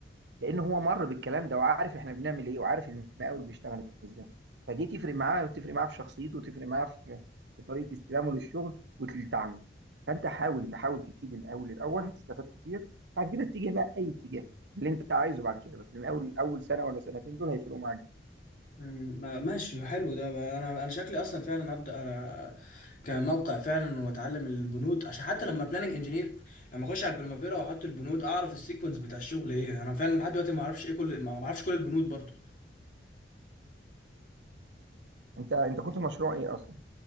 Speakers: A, on the right; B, on the left.
A: لان هو مر بالكلام ده وعارف احنا بنعمل ايه وعارف المقاول بيشتغل ازاي فدي تفرق معاه وتفرق معاه في شخصيته وتفرق معاه في في طريقه استلامه للشغل وتعامله فانت حاول حاول تبتدي مقاول الاول هتستفاد كتير بعد كده اتجه بقى اي اتجاه اللي انت عايزه بعد كده بس المقاول اول سنه ولا سنتين دول هيفرقوا معاك
B: مم، ما- ماشي حلو ده بقى. انا انا شكلي اصلا فعلا هبدا انا كموقع فعلا واتعلم البنود عشان حتى لما بلاننج انجينير لما اخش على البريمافيرا واحط البنود اعرف السيكونس بتاع الشغل ايه انا فعلا لحد دلوقتي ما اعرفش ايه كل ما ما اعرفش كل البنود برضو
A: انت انت كنت مشروع ايه اصلا